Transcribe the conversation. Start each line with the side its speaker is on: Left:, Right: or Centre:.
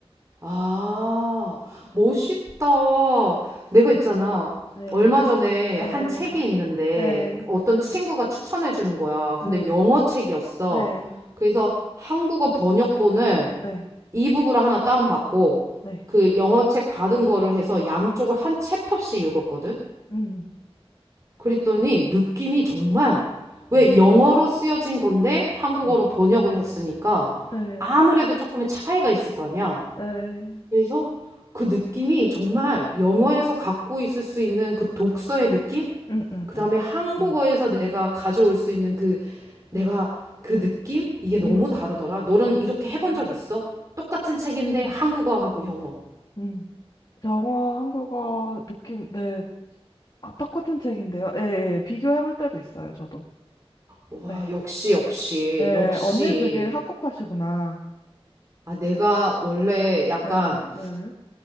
Right: 아, 멋있다. 내가 있잖아.
Left: 네,
Right: 얼마 전에
Left: 네,
Right: 한 책이 있는데
Left: 네,
Right: 어떤 친구가 추천해 주는 거야.
Left: 네,
Right: 근데 영어 책이었어.
Left: 네,
Right: 그래서 한국어 번역본을
Left: 네,
Right: 이북으로 하나 다운받고
Left: 네,
Right: 그 영어 책 받은 거를 해서 양쪽을 한 챕터씩 읽었거든.
Left: 음,
Right: 그랬더니 느낌이 정말 왜
Left: 음,
Right: 영어로 쓰여진 건데 한국어로
Left: 네,
Right: 번역을 했으니까
Left: 네.
Right: 아무래도 조금의 차이가 있을 거 아니야.
Left: 네.
Right: 그래서 그 느낌이 정말 영어에서
Left: 음,
Right: 갖고 있을 수 있는 그 독서의 느낌?
Left: 음, 음,
Right: 그다음에
Left: 음,
Right: 한국어에서
Left: 음,
Right: 내가 가져올 수 있는 그 내가
Left: 음,
Right: 그 느낌? 이게 너무
Left: 음,
Right: 다르더라. 너는 이렇게
Left: 음,
Right: 해본 적 있어? 똑같은 책인데
Left: 음.
Right: 한국어하고 영어.
Left: 음. 영어, 한국어 느낌, 네. 아, 똑같은 책인데요. 예, 예. 비교해 볼 때도 있어요, 저도.
Right: 와,
Left: 네.
Right: 역시, 역시,
Left: 예,
Right: 역시.
Left: 언니 되게 학구파시구나.
Right: 아, 내가 원래 약간
Left: 네, 네.